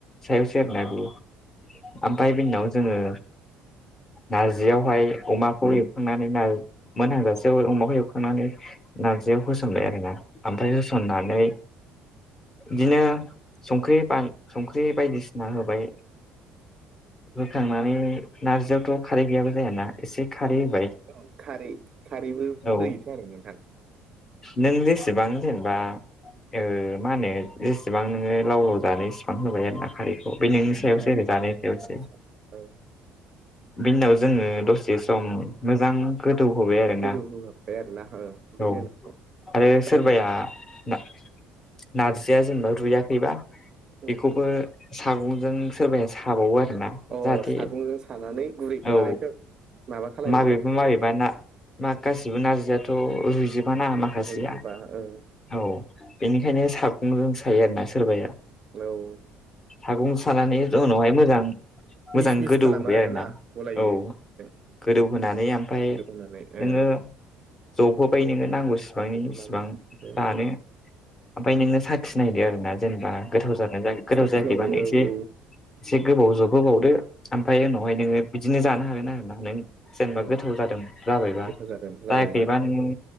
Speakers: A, on the left; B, on the right.
A: सायावसो। दाबि ओमफाय बेनिउनाव जोङो नारजियावहाय अमाखौ एवखांनानै नार मोनहांजासे अमाखौ एवखांनानै नारजियाव होसनबाय आरो ना ओमफाय होसननानै दिनो संख्रि बा संख्रि बायदिसि ना होबाय होखांनानै नारजियावथ' खारै गैयाबा जायाना एसे खारै
B: औ
A: होबाय
B: औ खारै खारैबो
A: औ
B: होयोथ' आरो नोंथां।
A: नों जेसेबां जेनेबा ओ मा होनो जेसेबां नोङो लाव लाव जानो इसेबां होबाय आरो ना। खारिखौ बे नोंनि सायावसो
B: अ
A: आरो जानायनि सायावसो।
B: आदसा ओ
A: बिनि उनाव जोङो दसे सम मोजां गोदौ होबाय आरोना
B: गोदौ होहाबबाय आरोना ओ बेनि
A: औ।
B: उनाव
A: आरो
B: गावनि
A: सोरबाया ना नारजिया जेनेबा रुयाखैबा
B: उम
A: बेखौबो सागंजों सोरबाया साबावो आरो ना।
B: अ
A: जाहाथे
B: सागंजों सानानै गुरै
A: औ
B: माबाखौ माबा खालायोना
A: माबेबा माबेबा ना मा गासिबो नार्जिआथ' रुइजोबा ना माखासेया।
B: रुइजोबा ओ
A: औ बेनिखायनो सागंसायो आरोना सोरबाया।
B: हेलौ।
A: सागं सानानै उनावहाय मोजां मोजां
B: मिस मिस
A: गोदौहोबाय
B: खालामो आरो
A: आरोना
B: ना गलायो
A: औ।
B: जों
A: गोदौहोनानै ओमफाय
B: गोदौ होनानै ओ
A: नोङो। जहोबाय नोङो नांगौ सिबांनि
B: फबहोनानै
A: सिबां
B: ओमफ्राय
A: दानो ओमफाय नोंनो साखिनायदो आरो ना जेनेबा गोथाव जादों ना गोथाव
B: साखिनायो
A: जायाखैबा नों एसे
B: औ
A: एसे गोबाव जहोबावदो ओमफ्राय उनावहाय नोङो बिदिनो जानो हागोन आरोना नों जेनेबा
B: औ
A: गोथाव जादों जाबायबा
B: गोथाव जादों जाबायबा
A: जायाखैबा नोङो